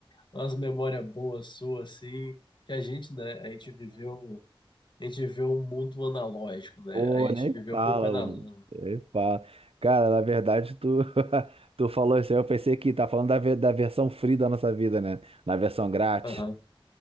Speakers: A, on the left; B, on the right.
A: umas memórias boas suas, assim, que a gente, né, a gente viveu, a gente viveu um mundo analógico, né?
B: Pô,
A: A gente
B: nem
A: viveu
B: fala,
A: com o pé na
B: mano.
A: lama.
B: Nem fala. Cara, na verdade, tu, <laughs> tu falou isso aí, eu pensei que tá falando da, ve- da versão free da nossa vida, né? Na versão grátis.
A: Aham,